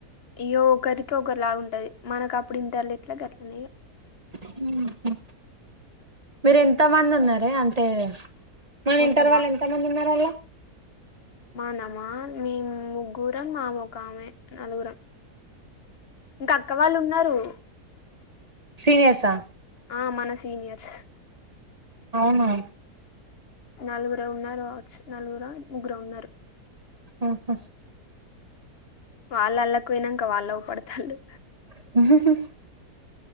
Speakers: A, on the left; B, on the right.
A: అయ్యో ఒకరికి ఒకరులాగా ఉంటది మనకు అప్పుడు ఇంటి వాళ్ళ ఎట్లా గట్లనే
B: హమ్ మ్మ మీరు ఎంత మంది ఉన్నారు అదరే అంటే మన
A: మొత్తమా
B: వింటారు వాళ్ళు ఎంత మంది ఉన్నారు వాళ్ళ
A: మానామా మీ ముగ్గురం మా మొక్క కామె నలుగుర ఇంకా అక్క వాళ్ళు ఉన్నారు
B: సీనియర్సా
A: ఆ మన సీనియర్స్
B: అవునా
A: నలుగుర ఉన్నారు అవచ్చు నలుగురు ముగ్గురు ఉన్నారు
B: ఆహా
A: వాళ్ళళ్లా పోయినాక వాళ్ళ పడతళు
B: <inaudible>